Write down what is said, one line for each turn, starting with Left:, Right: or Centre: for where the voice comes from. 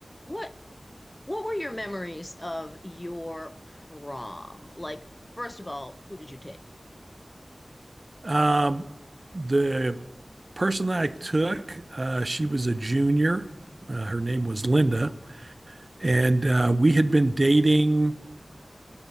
Left: What what were your memories of your prom? Like, first of all, who did you take?
Right: Um, the person that I took, uh, she was a junior. Uh, her name was Linda, and uh, we had been dating.